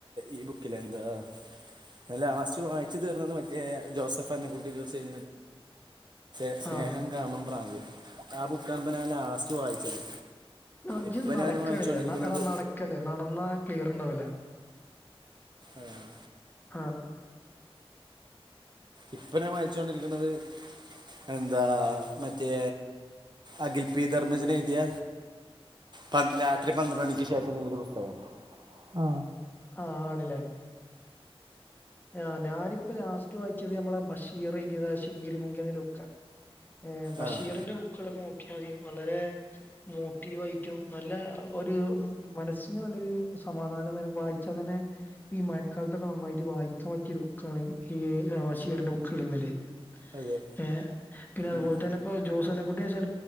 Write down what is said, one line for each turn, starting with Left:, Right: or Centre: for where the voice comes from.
Right: ഈ ബുക്കില എന്താ ഞാൻ ലാസ്റ്റ് വായിച്ചു തീർന്നത് മറ്റേ ജോസഫ് അന്നം കുട്ടി ജോസ് <unintelligible> സ്നേഹം
Left: ആ
Right: കാമം ഭ്രാന്ത് ആ ബുക്കാണ്പ്പ ഞാൻ ലാസ്റ്റ് വായിച്ചത്
Left: ഇജ്ജ്
Right: ഇപ്പൊ
Left: നടക്കണില്ലേ
Right: ഞാൻ വായിച്ചുകൊണ്ടിരിക്കുന്നത്
Left: നടക്കല്ലേ നടന്നാ ക്ലിയർണ്ടാവല
Right: ആഹ്
Left: ആഹ്
Right: ഇപ്പ ഞാൻ വായിച്ചോണ്ടിരിക്കണത് എന്താ മറ്റേ അഖിൽ പി ധർമ്മജൻ എഴുതിയ പ രാത്രി പന്ത്രണ്ട് മണിക്ക് ശേഷം നല്ലൊരു പുസ്തകം ആ
Left: ആഹ് ആണില്ലേ ആ ഞാനിപ്പോ ലാസ്റ്റ് വായിച്ചത് നമ്മളെ ബഷീർ എഴുതിയത് ശിങ്കിരി മുങ്കി എന്ന ബുക്കാണ് ബഷീറിന്റെ
Right: ആഹ്
Left: ബുക്കുകളൊക്കെ നോ <unintelligible> വളരെ മോട്ടീവായിട്ടും നല്ല ഒരു മനസ്സിന് നല്ലരു സമാധാനം തരും വായിച്ചാ തന്നെ ഈ മഴക്കാലത്തൊക്കെ നന്നായിട്ട് വായി ക്കാൻ പറ്റിയൊരു ബുക്കാണ് ഈ ബഷീറിന്റെ ബുക്കേള് എന്ന നിലയിൽ
Right: അതെ
Left: ഏ പിന്നെ അതുപോലെ
Right: ഉം
Left: തന്നെ ഇപ്പോൊ ജോസനെ കുട്ട ച